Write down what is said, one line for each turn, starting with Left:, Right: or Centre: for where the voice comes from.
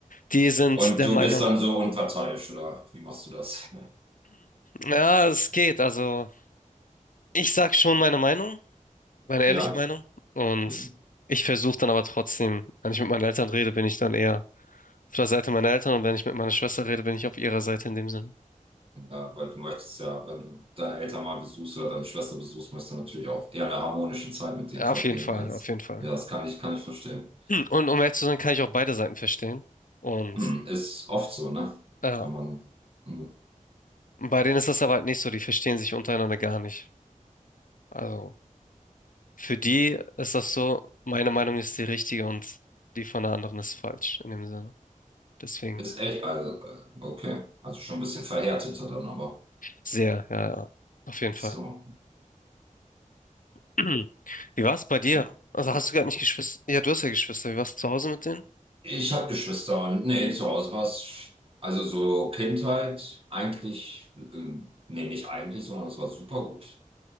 Left: die sind
Right: Und
Left: der
Right: du
Left: Meinung,
Right: bist dann so unparteiisch, oder? Wie machst du das?
Left: Ja, es geht. Also, ich sag schon meine Meinung, meine
Right: Ja?
Left: ehrliche Meinung. Und
Right: Hm.
Left: ich versuche dann aber trotzdem, wenn ich mit meinen Eltern rede, bin ich dann eher auf der Seite meiner Eltern und wenn ich mit meiner Schwester rede, bin ich auf ihrer Seite in dem Sinne.
Right: Ja, weil du möchtest ja, wenn du deine Eltern mal besuchst oder deine Schwester besuchst, möchtest du natürlich auch eher eine harmonische Zeit mit denen
Left: Ja,
Right: verbringen
Left: auf jeden Fall,
Right: als,
Left: auf jeden Fall.
Right: ja, das kann ich, kann ich verstehen.
Left: Und um ehrlich zu sein, kann ich auch beide Seiten verstehen. Und
Right: Hm, ist oft so, ne?
Left: ja,
Right: Wenn man, hm,
Left: bei denen ist das aber halt nicht so, die verstehen sich untereinander gar nicht. Also, für die ist das so, meine Meinung ist die richtige und die von der anderen ist falsch in dem Sinne. Deswegen
Right: ist echt, also, äh, okay, also schon ein bisschen verhärteter dann, aber
Left: sehr, ja, ja, auf jeden Fall.
Right: so,
Left: <clears throat> Wie war es bei dir?
Right: okay,
Left: Also
Right: gut.
Left: hast du gar nicht Geschwister? Ja, du hast ja Geschwister. Wie warst du zu Hause mit denen?
Right: Ich habe Geschwister und, nee, zu Hause war es, also so Kindheit, eigentlich, ähm, nee, nicht eigentlich, sondern es war super gut.